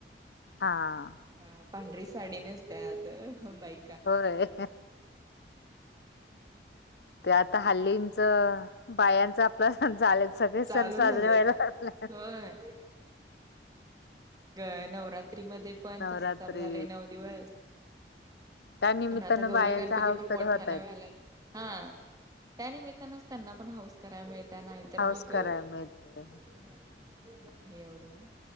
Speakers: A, on the left; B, on the right.
A: हा.
B: हा पांढरी साडी नेत्यात ह बाई
A: होय. ते आता हल्लींच बायांच आपला झालच. सगळे
B: चालू
A: सण साजरे
B: झालंय
A: व्हायला लागले.
B: होय. ग नवरात्री मध्ये पण
A: नवरात्री
B: तस चालू झालंय नऊ दिवस.
A: त्या निमित्तानं
B: पण आता गौरी
A: बायांच्या
B: गणपती
A: हाऊस
B: पण
A: तरी
B: मोठ्या
A: होतायेत.
B: न मिलात हा त्यानिमित्तानंच त्यांना पण हऊस कराया मिळत्यात नाही तर
A: हाऊस
B: मग
A: करायला
B: हम्म
A: मिळते.
B: नाही एवढं मग.